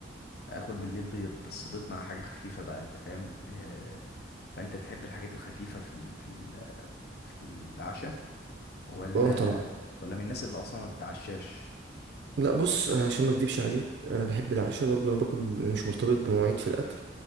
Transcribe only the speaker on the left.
اكل بالليل بيض بس بيض مع حاجه خفيفه بقى انت فاهم آه فانت بتحب الحاجات الخفيفه في ال... في ال... في العشاء ولا
ولا من الناس اللي اصلا ما بتتعشاش